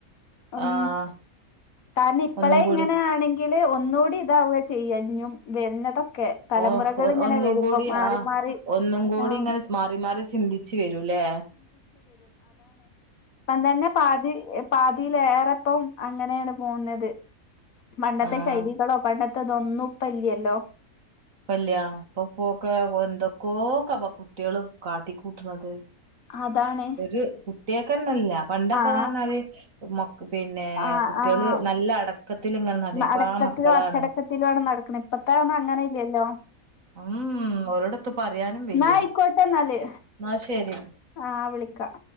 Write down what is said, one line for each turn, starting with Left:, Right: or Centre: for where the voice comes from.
Left: ഉം
Right: ആഹ്
Left: കാരണം ഇപ്പളെ
Right: ഒന്നും കൂടി
Left: ഇങ്ങനെയാണെങ്കി ല് ഒന്നുകൂടി ഇതാവ ചെയ്യഞ്ഞും വരുന്നതൊക്കെ തലമുറകൾ
Right: ഓ
Left: ഇങ്ങനെ
Right: ഒന്നും
Left: വരുമ്പോ
Right: കൂടി
Left: മാറി
Right: ആഹ്
Left: മാറി
Right: ഒന്നും കൂടി
Left: ആഹ്
Right: ഇങ്ങനെ മാറി മാറി ചിന്തിച്ച് വരും ല്ലേ
Left: അന്നെന്നെ പാതി പാതിലേറെപ്പം അങ്ങനെയാണ് പോകുന്നത് പണ്ടത്തെ
Right: ആഹ്
Left: ശൈലികളോ പണ്ടത്തെ അതൊന്നും ഇപ്പ ഇല്യല്ലോ
Right: ഇപ്പല്ലയാ അപ്പൊ പോക്കെ എന്തൊക്കോക്ക പ്പ കുട്ടികള് കാട്ടിക്കൂട്ടണത്
Left: അതാണ്
Right: ഒരു കുട്ടിയക്കെന്നെല്ല പണ്ടൊക്കെന്ന്
Left: ആഹ്
Right: പറഞ്ഞാല് മക്ക് പിന്നെ
Left: ആഹ്
Right: കുട്ടികള്
Left: ആഹ്
Right: നല്ല അടക്കത്തിൽ ഇങ്ങനെ നടന്ന് ഇപ്പൊ
Left: അടക്കത്തിലോ
Right: ആ മക്കളാണ്
Left: അച്ചടക്കത്തിലോ ആണ് നടക്കണെ ഇപ്പത്തെ പറഞ്ഞ അങ്ങനെ ഇല്ലല്ലോ
Right: ഉം ഉം ഓരോടത്ത് പറയാനും വയ്യ
Left: എന്നാ ആയിക്കോട്ടെ എന്നാല്
Right: എന്ന ശരി
Left: ആഹ് വിളിക്കാം